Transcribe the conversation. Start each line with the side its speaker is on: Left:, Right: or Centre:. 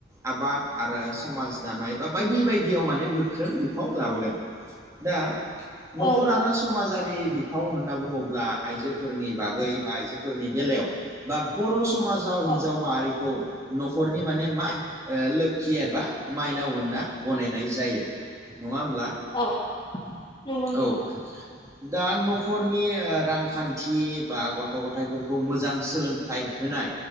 Right: आबाद आरो समाज दानाय बा बायदि बायदियाव माने गोख्रों बिफाव लाबोदों। दा नखर
Left: औ
Right: आरो समाजारि बिफाव होनना बुङोब्ला आइजोफोरनि बागै बा आइजोफोरनि बेलायाव बा बर' समाजाव
Left: औ
Right: हिन्जाव माहारिखौ नखरनि माने मा लोक्षि एबा माइनाव होनना गनायनाय जायो। नङा होमब्ला
Left: औ नंगौ
Right: औ
Left: दां
Right: दा न'खरनि रांखान्थि बा गथ' गथायाइफोरखौ मोजां सोलोंथाइ होनाय